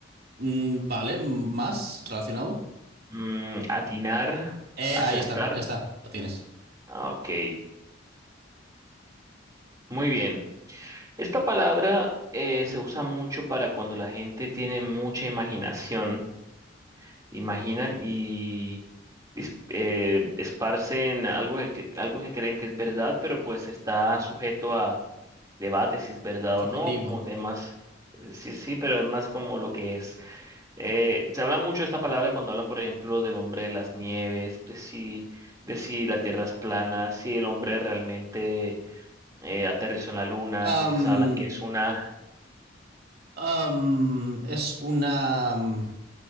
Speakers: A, on the right; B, on the right.
A: mm, ¿vale? Más relacionado.
B: mm, atinar,
A: Eh,
B: acertar.
A: ahí está, ya está, lo tienes.
B: Ah, Ok, muy bien. Esta palabra eh, se usa mucho para cuando la gente tiene mucha imaginación, imaginan y dis- eh, esparcen algo que, que- algo que creen que es verdad, pero pues está sujeto a debates si es verdad
A: Subjetivo.
B: o no, como temas, eh, sí, sí, pero es más como lo que es. Eh, se habla mucho de esta palabra cuando hablan, por ejemplo, del hombre de las nieves, de si, de si la tierra es plana, si el hombre realmente eh, aterrizó en la luna,
A: Am,
B: entonces hablan que es una
A: am, es una... mm,